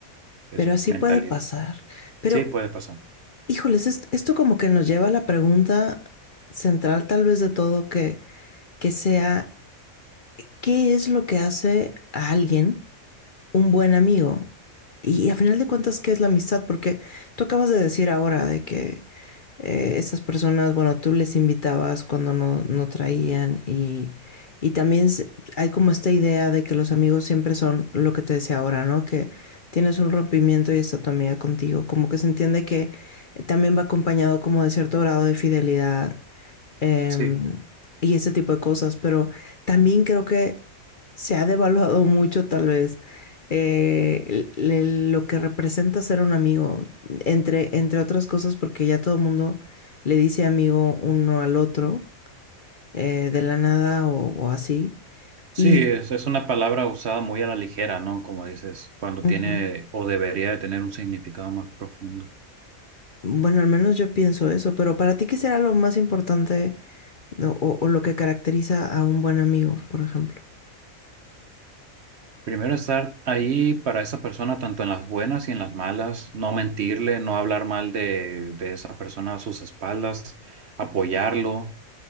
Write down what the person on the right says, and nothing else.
es
mentalidad.
Sí, puede pasar.
Sí.
Sí,
es, es una palabra usada muy a la ligera, ¿no? Como dices, cuando
tiene o debería de tener un significado más profundo.
Primero estar ahí para esa persona, tanto en las buenas y en las malas, no mentirle, no hablar mal de, de esa persona a sus espaldas, apoyarlo,